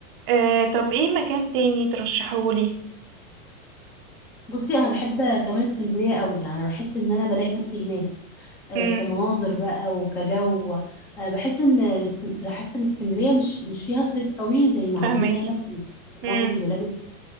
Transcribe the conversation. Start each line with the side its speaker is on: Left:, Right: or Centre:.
Right: أه طب ايه مكان تاني ترشحهولي
Centre: بصي انا بحب كمان اسكندرية قوي يعني انا بحس ان انا بلاقي نفسي هناك آه،
Right: امم
Centre: كمناظر بقى وكجو آه، بحس ان الاسكن- بحس ان اسكندرية مش مش فيها صيف قوي زي ما
Right: فاهمك
Centre: عندنا هنا في في
Right: امم
Centre: معظم البلاد وكده